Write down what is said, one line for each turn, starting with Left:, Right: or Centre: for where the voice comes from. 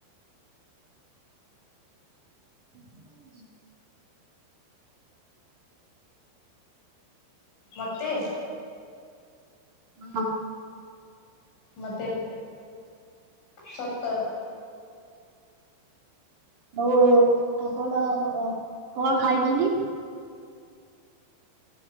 Right: କଣ ହେଇଚି।
Left: ମତେ।
Right: ହଁ।
Left: ମତେ ସତର।
Right: ହଉ ହଉ ହଉ ଆପଣ କଣ ଖାଇଛନ୍ତି।